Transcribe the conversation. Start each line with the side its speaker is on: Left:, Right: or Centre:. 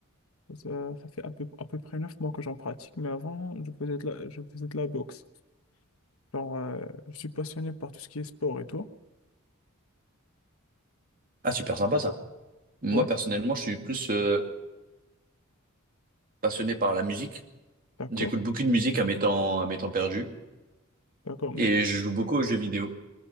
Left: Ça, ça fait à peu, à peu près neuf mois que j'en pratique, mais avant, je faisais de la, je faisais de la boxe. Genre, euh, je suis passionné par tout ce qui est sport et toi?
Right: Ah, super sympa ça. Moi,
Left: Ouais,
Right: personnellement, je suis plus euh, passionné par la musique.
Left: d'accord,
Right: J'écoute beaucoup de musique à mes temps, à mes temps perdus
Left: d'accord. Mais,
Right: et je joue beaucoup aux jeux vidéo.